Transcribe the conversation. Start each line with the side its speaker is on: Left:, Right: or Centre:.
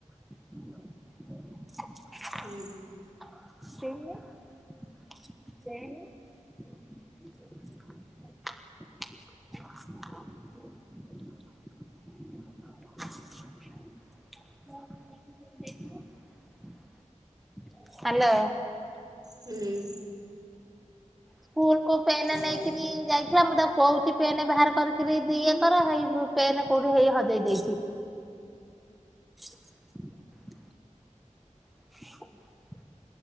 Centre: <inaudible>
Right: ହୁଁ
Centre: <inaudible> <inaudible> <inaudible> ହାଲୋ।
Right: ହୁଁ।
Centre: ସ୍ଲ କୁ ପେନା
Right: ଆଉ
Centre: ନାଇକରି ଯାଇ ସୋ ମୁଁ ତାକୁ କହୁଚି ପେନ୍ ବାହାର କରିକରି ଇଏ କରଇ ପେନ୍ କୋଉଠି ହେଇ ହଜେଇ ଦେଇଚି। <inaudible> <inaudible>